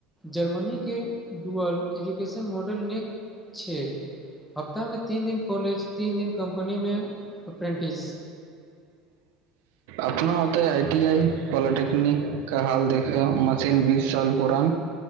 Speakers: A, in the centre; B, on the right.
A: जर्मनी के डुअल एजुकेशन मॉडल नीक छै हफ्तामे तीन दिन कॉलेज तीन दिन कम्पनीमे अप्रेंटिस
B: अपना होतै आई टी आई पॉलिटेक्निक क हाल देख मशीन बीस साल पूरा